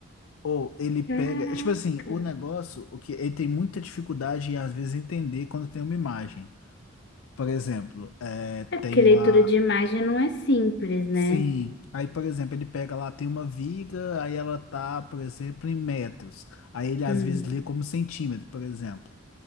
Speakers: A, on the left; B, on the left.
A: Ou ele pega.
B: Caraca.
A: é Tipo assim, o negócio, o que ele tem muita dificuldade em às vezes entender quando tem uma imagem. Por exemplo, é,
B: É porque
A: tem
B: leitura
A: lá.
B: de imagem não é simples, né?
A: Sim. Aí, por exemplo, ele pega lá, tem uma viga, aí ela tá, por exemplo, em metros. Aí ele às
B: Hum.
A: vezes lê como centímetro, por exemplo.